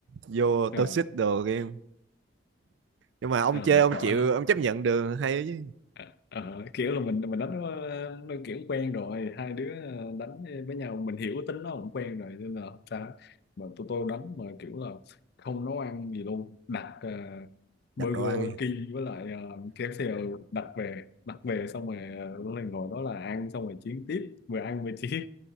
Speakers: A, on the right (about 70°); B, on the left (about 55°).
A: vô
B: <clears throat>
A: toxic
B: à,
A: đồ game nhưng mà ông
B: nên
A: chơi
B: là mệt
A: ông
B: mỏi
A: chịu
B: lắm
A: ông chấp nhận được hay chứ
B: À, ờ, kiểu là mình mình đánh nó, nó kiểu quen rồi hai đứa ờ, đánh với nhau mình hiểu tính nó cũng quen rồi nên là không sao mà tụi tôi đánh mà kiểu là không nấu ăn gì luôn đặt ờ, Burger
A: đặt đồ ăn đi.
B: King với lại uh, KFC ừ, đặt về đặt về xong rồi uh, lúc này ngồi đó là ăn xong rồi chiến tiếp vừa ăn vừa chiến